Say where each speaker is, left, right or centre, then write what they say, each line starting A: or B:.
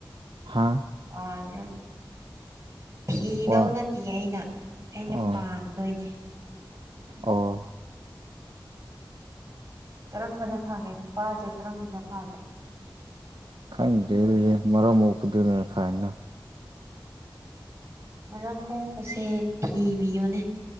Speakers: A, on the right; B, on the right.
A: ꯍꯥ
B: ꯄꯥꯟꯕ ꯊꯤꯗꯧ
A: ꯋꯥ
B: ꯅꯠꯇꯤꯌꯦ ꯑꯩꯅ ꯑꯩꯅ
A: ꯑꯣ
B: ꯄꯥꯟꯗꯣꯏꯅꯦ
A: ꯑꯣ
B: ꯀꯔꯝꯕꯅ ꯐꯒꯦ ꯅꯨꯄꯥꯁꯦ ꯀꯔꯝꯕꯅ ꯐꯒꯦ
A: ꯈꯪꯗ꯭ꯔꯦ ꯍꯦ ꯑꯗꯨꯗꯤ ꯃꯔꯝ ꯃꯣꯛꯄꯗꯨꯅ ꯐꯥꯍꯟꯅ
B: ꯃꯔꯝ ꯃꯣꯛꯄꯁꯦ ꯊꯤꯕꯤꯌꯣꯅꯦ